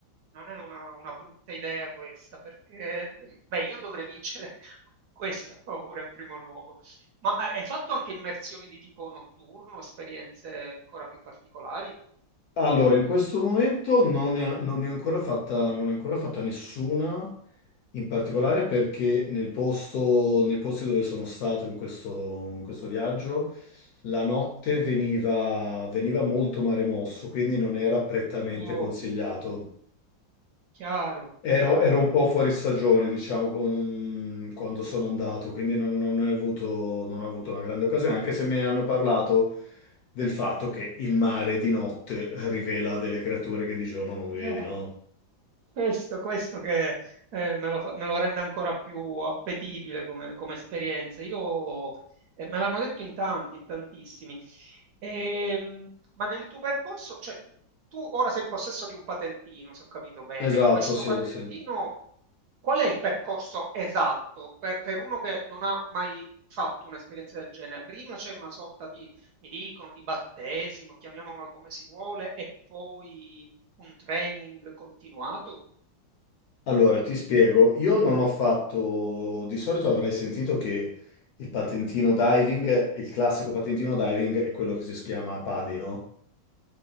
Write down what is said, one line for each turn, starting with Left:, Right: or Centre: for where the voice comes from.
Right: non è una, una brutta idea questa, perché beh, io dovrei vincere <laughs> questa paura in primo luogo. Ma hai hai fatto anche immersioni di tipo notturno, esperienze ancora più particolari?
Left: Allora, in questo momento non ne, non ne è ancora fatta, non ne è ancora fatta nessuna, in particolare
Right: Mm.
Left: perché nel posto, nei posti dove sono stato in questo, in questo viaggio, la notte veniva, veniva molto mare mosso, quindi non era prettamente
Right: Oh,
Left: consigliato.
Right: chiaro,
Left: Ero,
Right: chiaro.
Left: ero un po' fuori stagione, diciamo, con- quando sono andato, quindi non, non ho avuto, non ho avuto una grande occasione, anche se mi hanno parlato del fatto che il mare di notte rivela delle creature che di giorno non vedi,
Right: Eh,
Left: no?
Right: Questo, questo che eh, me lo, fa- me lo rende ancora più appetibile come, come esperienza. Io, eh, me l'hanno detto in tanti, in tantissimi. Ehm, ma nel tuo percorso, cioè, tu ora sei in possesso di un patentino, se ho capito bene.
Left: Esatto,
Right: Questo
Left: sì,
Right: patentino,
Left: sì.
Right: qual è il percorso esatto per, per uno che non ha mai fatto un'esperienza del genere? Prima c'è una sorta di, mi dicono, di battesimo, chiamiamola come si vuole, e poi un training continuato?
Left: Allora, ti spiego, io non ho fatto, di solito avrei sentito che il patentino diving, il classico patentino diving è quello che si chiama PADI, no?